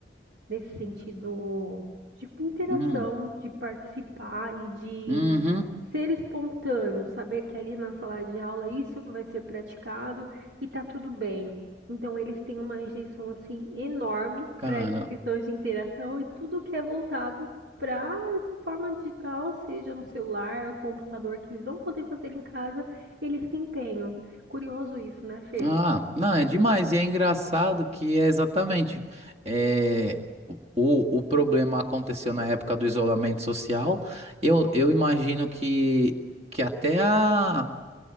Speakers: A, on the right; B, on the right.
A: nesse sentido de interação,
B: hum,
A: de participar e de
B: uhum,
A: Ser espontâneo, saber que ali na sala de aula isso vai ser praticado e tá tudo bem. Então eles têm uma rejeição assim enorme
B: cara.
A: para essas questões de interação e tudo que é voltado para forma digital, seja no celular, computador que eles vão poder fazer em casa, eles se empenham. Curioso isso, né, Fê?
B: Ah, não, é demais. E é engraçado que é exatamente. É, o, o problema aconteceu na época do isolamento social. Eu, eu imagino que, que até a.